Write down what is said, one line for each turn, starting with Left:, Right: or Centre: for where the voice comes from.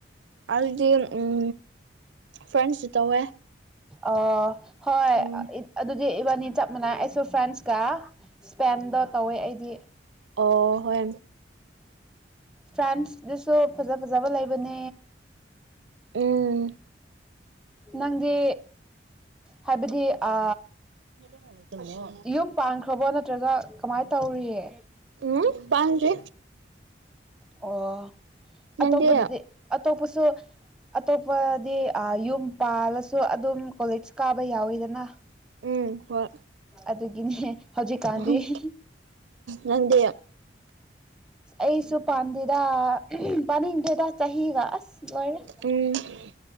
Right: ꯑꯩꯗꯤ ꯎꯝ ꯐ꯭ꯔꯦꯟꯁꯨ ꯇꯧꯋꯦ
Centre: ꯑ ꯍꯣꯏ
Right: ꯎꯝ
Centre: ꯑꯗꯨꯗꯤ ꯏꯕꯥꯅꯤ ꯆꯞ ꯃꯥꯅꯥꯏ ꯁꯨ ꯐ꯭ꯔꯦꯟꯁꯀ ꯏꯁꯄꯦꯟꯗꯣ ꯇꯧꯋꯦ ꯑꯩꯗꯤ
Right: ꯑꯣ ꯍꯣꯏ
Centre: ꯐ꯭ꯔꯥꯟꯁ ꯗꯁꯨ ꯐꯖ ꯐꯖꯕ ꯂꯩꯕꯅꯦ
Right: ꯎꯝ
Centre: ꯅꯪꯗꯤ ꯍꯥꯏꯕꯗꯤ ꯑ
Right: <inaudible>
Centre: ꯌꯨꯝ ꯄꯥꯟꯈ꯭ꯔꯕꯣ ꯅꯠꯇ꯭ꯔꯒ ꯀꯃꯥꯏꯅ ꯇꯧꯔꯤꯌꯦ
Right: ꯎꯝ ꯄꯥꯟꯗ꯭ꯔꯤ
Centre: ꯑꯣ
Right: ꯅꯪꯗꯤ
Centre: ꯑꯇꯣꯞꯄꯗꯤ ꯑꯇꯣꯞꯄꯁꯨ ꯑꯇꯣꯞꯄꯗꯤ ꯑ ꯌꯨꯝ ꯄꯥꯜꯂꯁꯨ ꯑꯗꯨꯝ ꯀꯣꯂꯦꯖ ꯀꯥꯕ ꯌꯥꯎꯋꯤꯗꯅ
Right: ꯎꯝ ꯍꯣꯏ
Centre: ꯑꯗꯨꯒꯤꯅꯦ ꯍꯧꯖꯤꯛꯀꯥꯟꯗꯤ
Right: ꯎꯝ
Centre: ꯑ
Right: ꯅꯪꯗꯤ ꯑꯣ
Centre: ꯑꯩꯁꯨ ꯄꯥꯟꯗꯦꯗ ꯄꯥꯅꯤꯡꯗꯦꯗ ꯆꯍꯤꯒ ꯑꯁ ꯂꯣꯏꯔꯦ
Right: ꯎꯝ